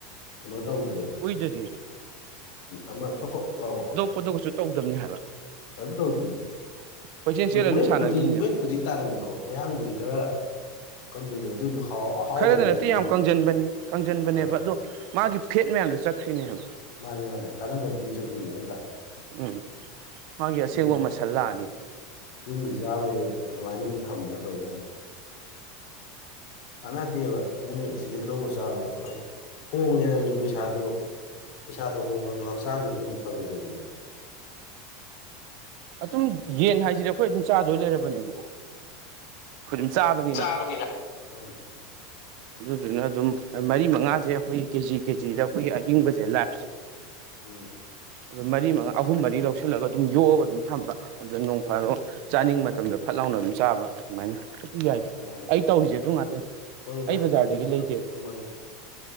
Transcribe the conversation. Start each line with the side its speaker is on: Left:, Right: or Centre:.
Left: ꯀꯩꯅꯣ ꯇꯧꯗ꯭ꯔꯦꯕ
Right: ꯎꯏꯗꯗꯤ
Left: ꯑꯃ ꯊꯣꯇ‌ꫭꯠ ꯂꯥꯎꯕꯗ‌ꫭ
Right: ꯄ‌ꫭꯠꯇꯣ ꯀꯩꯁꯨ ꯇꯧꯗꯕꯅꯤ ꯍꯥꯏꯕ
Left: ꯀꯩꯝ ꯇꯧꯗ‌ꯦꯌ‌ꯦ
Right: ꯀꯣꯏꯆꯦꯟ ꯆꯦꯜꯂ ꯑꯗꯨꯝ
Left: ꯋꯦꯠꯄꯨꯗꯤ
Right: ꯁꯥꯟꯅꯈꯤꯕꯅꯦꯕ
Left: ꯋꯦꯠꯄꯨꯗꯤ ꯇꯥꯔꯕꯤꯀꯣ ꯃꯌꯥꯝꯕꯨꯗꯤ ꯈꯔ ꯀ‌ꯪꯁꯤꯜꯂꯦ ꯑꯗꯨꯑꯣꯏꯁꯨ ꯑꯍꯥꯎꯕꯔꯣꯝꯗ
Right: ꯈꯔꯗ ꯅꯠꯇꯦ
Left: ꯑꯣꯟꯒꯤꯕ
Right: ꯌꯥꯝ ꯀꯪꯁꯤꯟꯕꯅꯤ ꯀꯪꯁꯤꯟꯕꯅꯦꯕ
Left: ꯑꯥ
Right: ꯑꯗꯣ ꯃꯥꯒꯤ ꯐꯦꯠ ꯃꯌꯥꯝꯗꯣ ꯆꯠꯈ꯭ꯔꯤꯅꯦꯕ
Left: ꯃꯥꯅꯦ ꯃꯥꯅꯦ ꯀꯥꯟꯅꯗꯕ ꯌꯦꯡ ꯆꯈꯤꯕꯅꯤ ꯅꯠꯇ꯭ꯔꯥ
Right: ꯎꯝ ꯃꯥꯒꯤ ꯑꯁꯦꯡꯕ
Left: ꯑꯗꯨꯅ
Right: ꯃꯥꯁꯜ ꯂꯥꯛꯑꯥꯅꯤ
Left: ꯌꯨꯝꯒꯤ ꯆꯥꯕꯩꯗꯤ ꯑꯗꯨꯃꯥꯏꯅꯕꯨ ꯊꯝꯕꯅ ꯐꯖꯥꯠꯅꯤ ꯀꯅꯥꯗꯦꯕꯥ ꯃꯣꯏ ꯑꯁꯤꯗꯩ ꯂꯧꯔ ꯆꯥꯕꯗꯣ ꯍꯣꯡꯉꯦ ꯍꯥꯏꯔꯁꯨ ꯄꯩꯁꯥꯗꯣ- ꯄꯩꯁꯥꯗꯣ ꯍꯣꯡꯉꯁꯨ ꯍꯛꯆꯥꯡꯗꯗꯤ ꯑꯃꯨꯛ ꯐꯔꯣꯏꯗꯣꯏꯅꯤꯗꯥꯅ
Right: ꯑꯗꯨꯝ ꯌꯦꯟ ꯍꯥꯏꯁꯤꯗꯤ ꯑꯩꯈꯣꯏ ꯑꯗꯨꯝ ꯆꯥꯗꯣꯏ ꯂꯩꯔꯕꯅꯦꯕꯀꯣ ꯈ‌ꫭꯏ ꯑꯗꯨꯝ ꯆꯥꯕꯅꯤ
Left: ꯆꯥꯕꯅꯤꯅ ꯃꯥꯟꯅ‌ꯦ
Right: ꯑꯗꯨꯗꯨꯅ ꯑꯗꯨꯝ ꯃꯔꯤ ꯃꯉꯥꯁꯦ ꯑꯩꯈꯣꯏ ꯀꯦꯖꯤ ꯀꯦꯖꯤꯗ ꯑꯩꯈꯣꯏꯒꯤ ꯑꯍꯤꯡꯕꯁꯦ ꯂꯥꯏꯞꯁꯦ
Left: ꯎꯝ
Right: ꯑꯗꯨ ꯃꯔꯤ ꯃꯉꯥ ꯑꯍꯨꯝ ꯃꯔꯤ ꯂꯧꯁꯤꯜꯂꯒ ꯑꯗꯨꯝ ꯌꯣꯛꯑꯒ ꯑꯗꯨꯝ ꯊꯝꯕ ꯑꯗꯨꯗ ꯅꯣꯡ ꯐꯥꯗ‌ꯣꯛ ꯆꯥꯅꯤꯡꯕ ꯃꯇꯝꯗ ꯐꯠ ꯂꯥꯎꯅ ꯑꯗꯨꯝ ꯆꯥꯕ ꯑꯗꯨꯃꯥꯏꯅ ꯑꯗꯨ ꯌꯥꯏ
Left: ꯃꯥꯅꯦ ꯃꯥꯅꯦ
Right: ꯑꯩ ꯇꯧꯔꯤꯁꯦ ꯑꯗꯨ ꯉꯥꯠꯇꯅꯤ
Left: ꯍꯣꯏ ꯚꯥꯏ
Right: ꯑꯩ ꯕꯖꯥꯔꯗꯒꯤ
Left: ꯑꯗꯨꯗꯤ
Right: ꯂꯩꯗꯦꯕ
Left: ꯑꯥ ꯊꯝꯃꯒꯦ